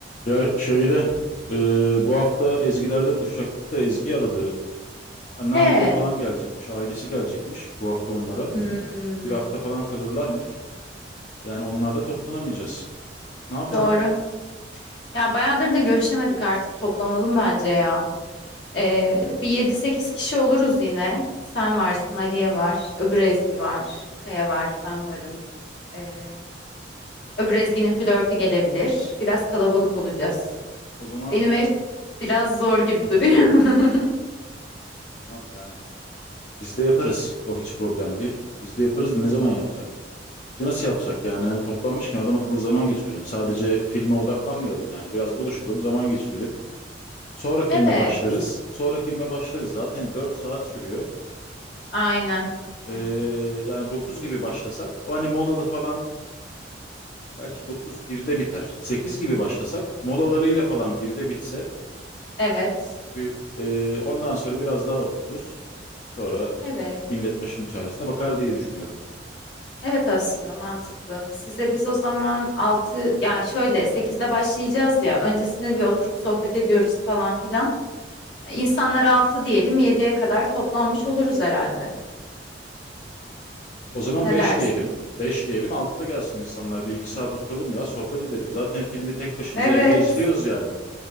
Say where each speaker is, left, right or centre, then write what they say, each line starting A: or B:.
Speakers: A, on the left; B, on the left.
A: Ya şeyde e, bu hafta Ezgiler'de buluşacaktık da Ezgi aradı. Anneanneleri
B: E,
A: falan gelecekmiş, ailesi gelecekmiş bu hafta onlara.
B: hmm,
A: Bir hafta falan kalırlarmış. Yani onlarda toplanamayacağız. Ne yapalım?
B: doğru. Ya bayağıdır da görüşemedik artık toplanalım bence ya. Ee, bir yedi sekiz kişi oluruz yine. Sen varsın, Aliye var, öbür Ezgi var, Kaya var, ben varım. Ee, öbür Ezgi'nin flörtü gelebilir. Biraz kalabalık olacağız.
A: O zaman
B: Benim ev biraz zor gibi
A: Hı,
B: duruyor. <laughs>
A: tamam yani biz de yaparız. O hiç problem değil. Biz de yaparız da ne zaman yapsak? Bir de nasıl yapsak yani? Yani toplanmışken adam akıllı zaman geçirelim. Sadece filme odaklanmayalım yani. Biraz buluşalım, zaman geçirelim. Sonra filme
B: Evet,
A: başlarız. Sonra filme başlarız. Zaten 4 saat sürüyor.
B: aynen, aynen.
A: Ee, yani 9 gibi başlasak o hani molalı falan gerçi 9 birde biter. sekiz gibi başlasak molalarıyla falan birde bitse
B: Evet,
A: çünkü e, ondan sonra biraz daha otururuz. Sonra
B: evet.
A: millet başının çaresine bakar diye düşünüyorum.
B: Evet aslında mantıklı. Size biz o zaman 6 yani şöyle sekizde başlayacağız ya öncesinde bir oturup sohbet ediyoruz falan filan. İnsanlara 6 diyelim yediye kadar toplanmış oluruz herhalde.
A: O zaman
B: Ne
A: beş
B: dersin?
A: diyelim. beş diyelim 6'da gelsin insanlar bir 2 saat oturalım ya sohbet edelim. Zaten filmi tek başımıza
B: Evet.
A: evde izliyoruz yani.